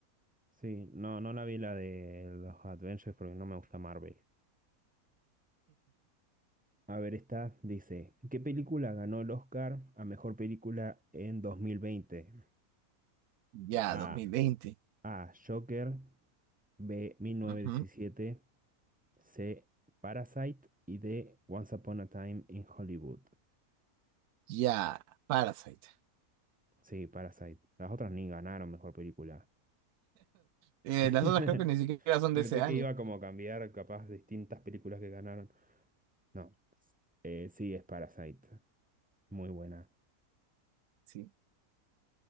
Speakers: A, in the centre; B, on the right.
A: Sí, no, no la vi la de los Adventures porque no me gusta Marvel. A ver, esta dice, ¿qué película ganó el Oscar a mejor película en dos mil veinte.
B: Ya,
A: A.
B: 2020.
A: A. Joker. B. mil novecientos
B: Ujú.
A: diecisiete, C. Parasite. Y D. Once Upon a Time in Hollywood.
B: Ya, Parasite.
A: Sí, Parasite. Las otras ni ganaron mejor película.
B: Eh,
A: <laughs>
B: las otras creo que ni siquiera son
A: Pensé
B: de ese año.
A: que iba como a cambiar capaz distintas películas que ganaron. No, eh, sí, es Parasite. Muy buena.
B: Sí.